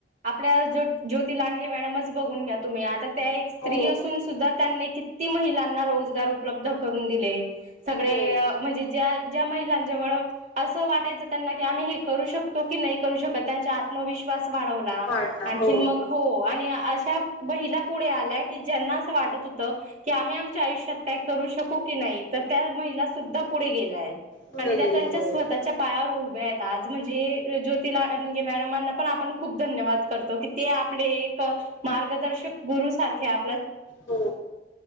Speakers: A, on the right; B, on the left.
A: आपल्या जो ज्योती लांडगे मॅडमच बघून घ्या तुम्ही आता त्या एक स्त्री
B: हो
A: असून सुद्धा त्यांनी किती किती महिलांना रोजगार उपलब्ध करून दिले सगळे
B: हो
A: म्हणजे ज्या महिलांना त्यामुळं अस वाटायचं त्यांना की आम्ही हे करू शकतो की नाही करू शकत त्यांच्या आत्मविश्वास आत्मविश्वास वाढवला
B: वाढला
A: आणखीन
B: हो
A: मग हो आणि आज त्या महिला पुढे आल्या की ज्यांना असं वाटत होतं की आम्ही आमच्या आयुष्यात काय करू शकू की नाही. नाही तर त्या महिला सुद्धा पुढे गेल्या आहे.
B: पुढे
A: आणि त्या
B: गेले
A: त्यांच्या
B: हो
A: स्वतःच्या पायावर उभ्या आहेत आज म्हणजे जो तिला रंगे मॅडम यांना पण धन्यवाद देतो की ते आपले मार्गदर्शक गुरु गुरु सारख्या.
B: हो